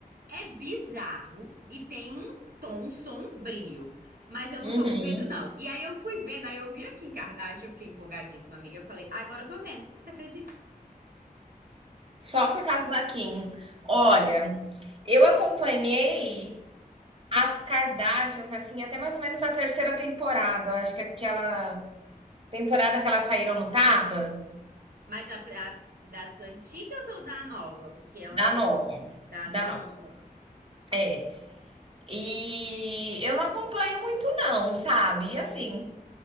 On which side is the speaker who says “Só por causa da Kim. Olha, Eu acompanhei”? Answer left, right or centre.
Right